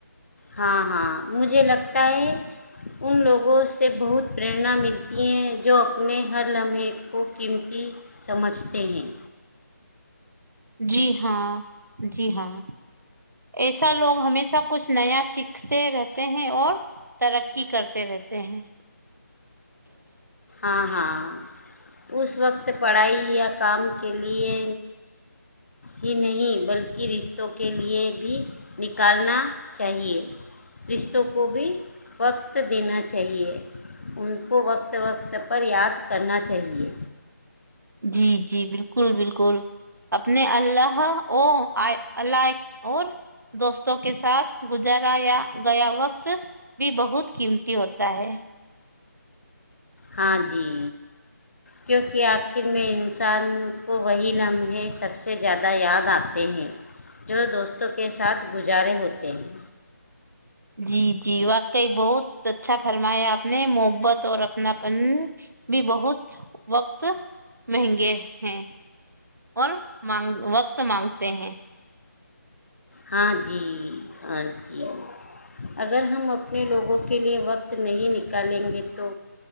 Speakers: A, on the left; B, on the right.
A: ہاں ہاں مجھے لگ تیں ان لوگوں سے بہت پریرنا ملتی ہیں جو اپنے ہر لمحے کو قیمتی سمجھتے ہیں
B: جی ہاں جی ہاں ایسا لوگ ہمیشہ کچھ نیا سیکھتے رہتے ہیں اور ترقی کرتے رہتے ہیں
A: ہاں ہاں اس وقت پڑھائی یا کام کے لیے ہی نہیں بلکہ رشتوں کے لیے بھی نکالنا چاہیے رشتوں کو بھی وقت دینا چاہیے ان کو وقت وقت پر یاد کرنا چاہیے
B: جی جی بالکل بالکل اپنے اللہ او ال اور دوستوں کے ساتھ گزارا یا گیا وقت بھی بہت قیمتی ہوتا ہے
A: ہاں جی کیونکہ آخر میں انسان کو وہی لمحے سب سے زیادہ یاد آتے ہیں جو دوستوں کے ساتھ گزارے ہوتے ہیں
B: جی جی واقعی بہت اچھا فرمایا آپ نے محبت اور اپنا پن بھی بہت وقت مہنگے ہیں اور مانگ وقت مانگتے ہیں
A: ہاں جی ہاں جی اگر ہم اپنے لوگوں کے لیے وقت نہیں نکالیں گے تو